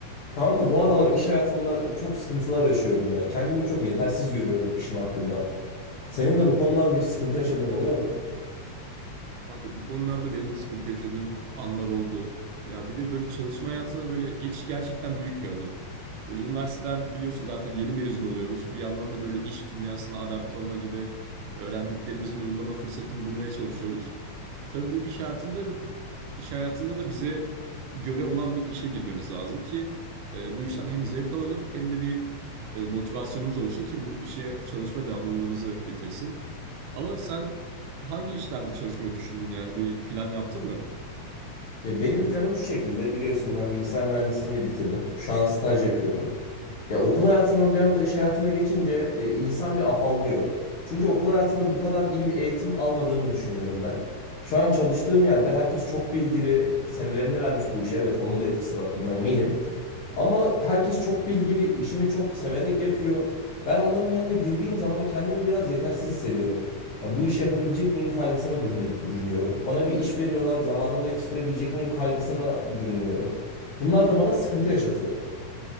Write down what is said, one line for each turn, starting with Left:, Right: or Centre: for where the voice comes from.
Left: Kanka bu aralar iş hayatında çok sıkıntılar yaşıyorum ya. Kendimi çok yetersiz görüyorum işim hakkında. Senin de bu konularda hiç sıkıntı yaşadığın oluyor mu?
Right: Kanka bu konularda benim de sıkıntı yaşadığım anlar oldu. Ya bir de böyle çalışma hayatına böyle geçiş gerçekten büyük bir adım. Böyle üniversiteden biliyorsun zaten yeni mezun oluyoruz. Bir yandan da böyle iş dünyasına adapte olma gibi öğrendiklerimizin uygulama fırsatını bulmaya çalışıyoruz. Tabii bu iş hayatında iş hayatında da bize göre olan bir işe girmemiz lazım ki e, bu işten hem zevk alalım hem de bir e, motivasyonumuz olsun ki bu işe çalışma devamlılığımızı getirsin. Ama sen hangi işlerde çalışmayı düşündün yani bir plan yaptın mı?
Left: Ya benim planım şu şekilde biliyorsun ben bilgisayar mühendisliğini bitirdim. Şu an staj yapıyorum. Ya okul hayatından bir anda iş hayatına geçince e, insan bir afallıyor. Çünkü okul hayatında bu kadar iyi bir eğitim almadığımı düşünüyorum ben. Şu an çalıştığım yerde herkes çok bilgili, senelerini vermiş bu işe. Evet, onun da etkisi var, buna eminim. Ama herkes çok bilgili, işini çok severek yapıyor. Ben onların yanına girdiğim zaman kendimi biraz yetersiz hissediyorum. Ya bu işi yapabilecek miyim kaygısına bürüne- bürünüyorum. Bana bir iş veriyorlar, zamanında yetiştirebilecek miyim kaygısına bürünüyorum. Bunlar da bana sıkıntı yaşatıyor.